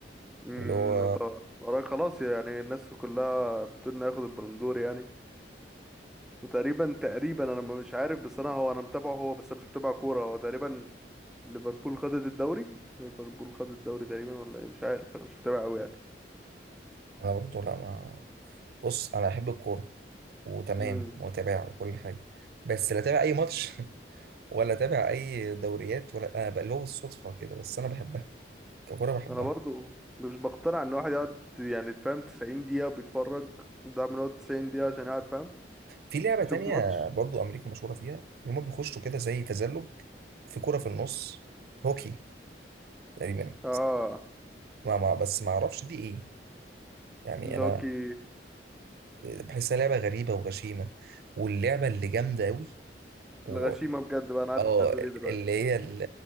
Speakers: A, in the centre; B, on the right.
A: امم
B: اللي هو
A: طبعا وراك خلاص يعني الناس كلها بتقول انه هياخد البلندور يعني وتقريبا تقريبا انا ما- مش عارف بس انا هو انا متابعه هو بس أنا مش متابع كوره هو تقريبا ليفربول خدت الدوري ليفربول خدت الدوري تقريبا ولا ايه مش عارف انا مش متابع قوي يعني
B: انا برضه لا ما بص انا احب الكوره وتمام
A: امم
B: واتابعها وكل حاجه بس لا اتابع اي ماتش <laughs> ولا اتابع اي دوريات ولا انا بقى اللي هو بالصدفه كده بس انا بحبها ككوره بحبها
A: انا برضو مش بقتنع ان واحد يقعد يعني فاهم 90 دقيقه بيتفرج ده من وقت 90 دقيقه عشان يقعد فاهم
B: في لعبه
A: يشوف
B: تانية
A: ماتش
B: برضه امريكا مشهوره فيها اللي هم بيخشوا كده زي تزلج في كوره في النص هوكي تقريبا
A: اه
B: ما ما بس ما اعرفش دي ايه يعني
A: اللي
B: انا
A: هو كي
B: بحسها لعبه غريبه وغشيمه واللعبه اللي جامده قوي و...
A: الغشيمه بجد بقى انا عارف
B: اه
A: انت هتقول ايه دلوقتي
B: اللي هي ال-